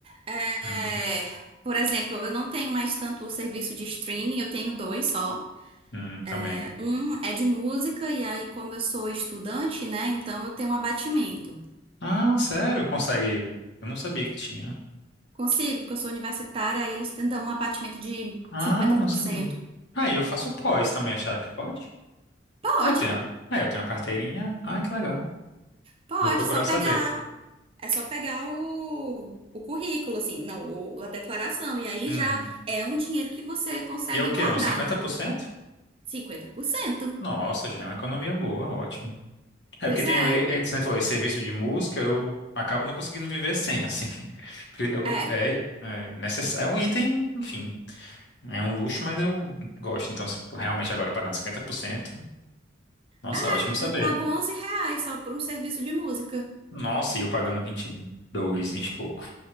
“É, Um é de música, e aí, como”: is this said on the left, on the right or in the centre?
Right